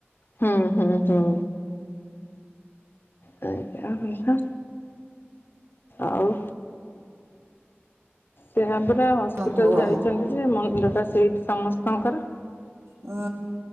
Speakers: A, on the left; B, on the right.
A: ହୁଁ ହୁଁ ହୁଁ। <unintelligible> କଥା ଆଉ। <unintelligible> ପରା ହସ୍ପିଟାଲ
B: ହଁ କୁହ।
A: ଯାଇଚନ୍ତି ଯେ, ମୁଣ୍ଡଟା ସେଇଠି ସମସ୍ତଙ୍କର।
B: ହୁଁ।